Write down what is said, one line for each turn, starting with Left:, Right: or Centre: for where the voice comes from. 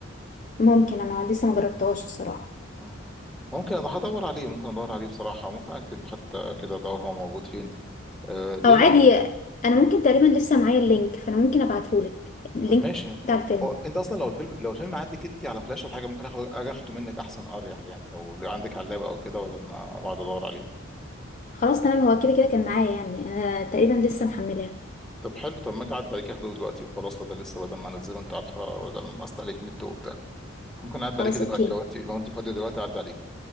Left: ممكن أنا لسه مجربتهاش الصراحة
Centre: آه. ممكن انا هدور عليه ممكن ادور عليه بصراحه ممكن اكتب حتى كده ادور هو موجود فين آه لانه
Left: او عادي انا ممكن تقريبا لسه معايا اللينك فانا ممكن ابعتهولك اللينك
Centre: طب ماشي
Left: بتاع الفيلم
Centre: هو انت اصلا لو الفيلم لو الفيلم عندك انت على فلاش ولا حاجه ممكن اخد اجي اخده منك احسن اريح يعني لو لو عندك علاب او كده بدل ما اقعد ادور عليه
Left: خلاص تمام هو كده كده كان معايا يعني انا تقريبا لسه محملاه
Centre: طب حلو طب ما اجي اعدي عليك اخده دلوقتي وخلاص بدل لسه بدل ما انزله انت عارفه بدل ما استهلك نت وبتاع ممكن اعدي
Left: خلاص
Centre: عليك دلوقتي
Left: اوكي
Centre: لو انت لو انت فاضيه دلوقتي اعدي عليك